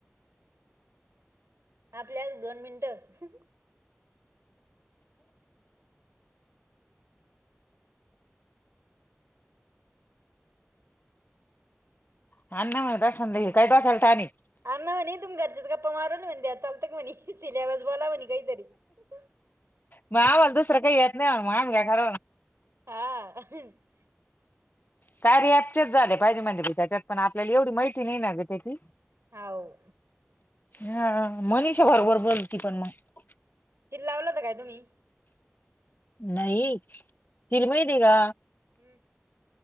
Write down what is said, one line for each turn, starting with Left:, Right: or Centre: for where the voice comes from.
Right: आपले आज दोन मिनिटं..
Left: हाना दाशानला काय टाकायला आणि
Right: अण्णा म्हणे तुमही घरच्याच गप्पा मारल. म्हणे त्या चालतं का म्हणे सिल्याबस बोला म्हणे काहीतरी <inaudible>
Left: मग आम्हाला दुसरं काही येत नाही. मग आम्ही का घर
Right: हा
Left: काय रीयाप्चचेच झाले पाहिजे म्हणजे त्याच्यात पण आपल्याला एवढी माहिती नाही ना ग त्याची
Right: होय
Left: हा मनीषा बरोबर बोलती. पण मग
Right: हिला लावलंत होत काय तुम्ही?
Left: नाही हिला माहिती का?
Right: हं